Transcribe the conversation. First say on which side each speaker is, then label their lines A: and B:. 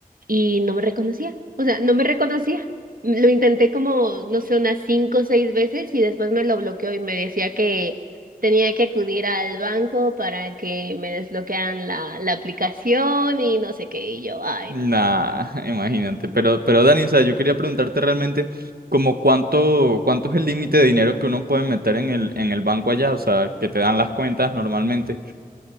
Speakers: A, on the right; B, on the right.
A: y no me reconocía. O sea, no me reconocía. Lo intenté como, no sé, unas cinco o seis veces y después me lo bloqueó y me decía que tenía que acudir al banco para que me desbloquearan la, la aplicación y no sé qué. Y yo, ay,
B: Nah,
A: no puede
B: <laughs> imagínate. Pero, pero Dani, o sea, yo quería preguntarte realmente como cuánto, cuánto es el límite de dinero que uno puede meter en el, en el banco allá, o sea, que te dan las cuentas normalmente.